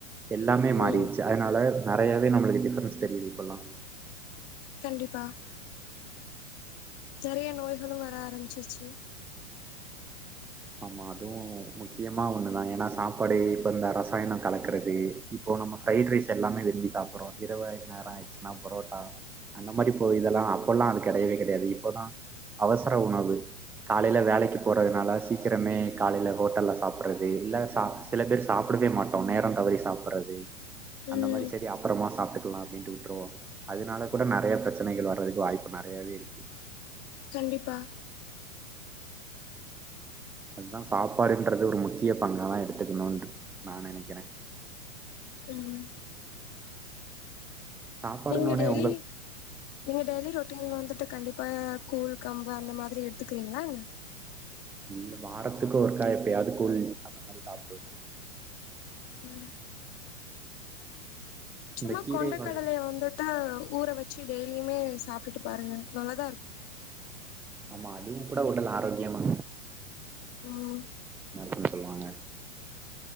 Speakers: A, in the centre; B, on the left.
A: எல்லாமே மாறிடுச்சு
B: ம்
A: அதனால நெறையாவே நம்மளுக்கு டிஃபரன்ஸ் தெரியுது இப்பல்லா
B: கண்டிப்பா நெறைய நோய்களு வர ஆரம்பிச்சிருச்சு
A: ஆமா அதுவு முக்கியமா ஒண்ணுதா ஏன்னா சாப்பாடு இப்ப இந்த ரசாயன கலக்கறது இப்போ நம்ம ஃப்ரைட்ரைஸ் எல்லாமே விரும்பி சாப்பர்றோ இரவு நேரோ ஆயிச்சுன்னா பரோட்டா அந்த மாரி போ இதெல்லா அப்பெல்லா அது கெடையவே கெடையாது இப்போதா அவசர உணவு காலைல வேலைக்கு போறதுனால சீ க்கிரமே காலைல ஹோட்டல்ல சாப்பறது இல்ல சா சில பேர் சாப்படவே மாட்டோ நேர தவறி சாப்பறது
B: ம்
A: அந்த மாரி செரி அப்பறமா சாப்ட்டுக்ல்லா அப்டின்ட்டு வுட்ருவோ அதனால கூடநெறைய பிரச்சனைகள் வர்றதுக்கு வாய்ப்பு நறையாவே இருக்கு
B: கண்டிப்பா
A: அதா சாப்பாடுன்றது ஒரு முக்கிய பங்காதா எடுத்துக்கணுன்ட் நா நெனைக்கிறே
B: ம்
A: சாப்பாடுன்னோனே
B: நீங்க டெய்லி
A: உங்க
B: நீங்க டெய்லி ரொட்டீன் வந்துட்டு கண்டிப்பா கூழ் கம்பு அந்த மாதிரி எடுத்துக்கிறீங்ளான்ன
A: இல்ல வாரத்துக்கு ஒருக்கா எப்பயாது கூழ் அந்த மாரி சாப்டுவோ
B: ம் சும்மா
A: இந்த கீரை
B: கொண்ட
A: வகை
B: கடலைய வந்துட்டு ஊற வச்சு டெய்லியுமே சாப்டுட்டு பாருங்க நல்லாதா இருக்கு
A: ஆமா அதுவு கூட உடல் ஆரோக்கியமா
B: ம்
A: <unintelligible> குன் சொல்வாங்க